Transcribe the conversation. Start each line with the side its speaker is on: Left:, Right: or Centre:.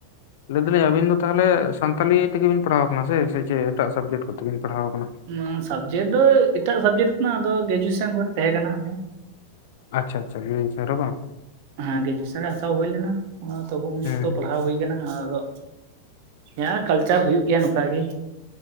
Left: ᱞᱟᱹᱭ ᱫᱟᱞᱤᱧ ᱟᱵᱤᱱ ᱫᱚ ᱛᱟᱦᱞᱮ ᱥᱟᱱᱛᱟᱞᱤ ᱛᱮᱜᱮᱵᱤᱱ ᱯᱟᱲᱦᱟᱣ ᱠᱟᱱᱟ ᱥᱮ, ᱥᱮ ᱪᱮᱫ ᱮᱴᱟᱜ ᱥᱟᱵᱡᱮᱠᱴ ᱠᱚᱛᱮᱵᱤᱱ ᱯᱟᱲᱦᱟᱣ ᱠᱟᱱᱟ?
Right: ᱩᱸᱻ ᱥᱟᱵᱡᱮᱠᱴ ᱫᱚ ᱮᱴᱟᱜ ᱥᱟᱵᱡᱮᱠᱴ ᱠᱟᱱᱟ ᱟᱫᱚ ᱜᱮᱡᱩᱭᱮᱥᱚᱱ ᱠᱚᱨᱮ ᱛᱟᱦᱮᱸ ᱠᱟᱱᱟ ᱟᱨᱠᱤ᱾
Left: ᱟᱪᱪᱷᱟ ᱟᱪᱪᱷᱟ ᱞᱟᱹᱭ <unintelligible> ᱵᱟᱝ᱾
Right: ᱦᱮᱸ ᱜᱨᱮᱡᱩᱭᱮᱥᱚᱱ ᱨᱮ ᱦᱟᱛᱟᱣ ᱦᱩᱭ ᱞᱮᱱᱟ, ᱚᱱᱟ ᱚᱠᱛᱚ, ᱩᱱ
Left: ᱦᱩᱸ
Right: ᱚᱠᱛᱚ
Left: ᱦᱩᱸ
Right: ᱯᱟᱲᱦᱟᱣ ᱦᱩᱭ ᱠᱟᱱᱟ ᱟᱫᱚ ᱦᱮᱸ ᱠᱟᱞᱪᱟᱨ ᱦᱩᱭᱩᱜ ᱜᱮᱭᱟ ᱱᱚᱝᱠᱟ ᱜᱮ,